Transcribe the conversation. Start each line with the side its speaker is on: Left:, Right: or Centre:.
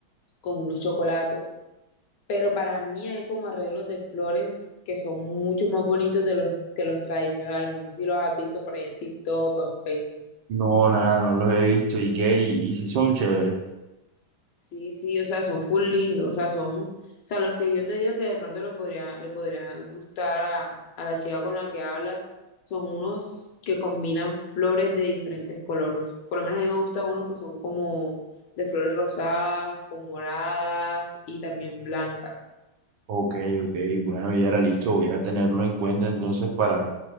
Left: con unos chocolates pero para mí hay como arreglos de flores que son mucho más bonitos de los que los tradicionales. No sé si los has visto por ahí en TikTok o en Facebook.
Right: No, nada, no los he visto, ¿y qué? ¿Y, y si son chéveres?
Left: Sí, sí, o sea, son full lindos, o sea, son, o sea, los que yo te digo que de pronto le podría, le podría gustar a, a la chica con la que hablas, son unos que combinan flores de diferentes colores. Por lo menos a mí me gustan unos que son como de flores rosadas, con moradas y también blancas.
Right: Ok, ok, bueno, ya era listo, voy a tenerlo en cuenta entonces para,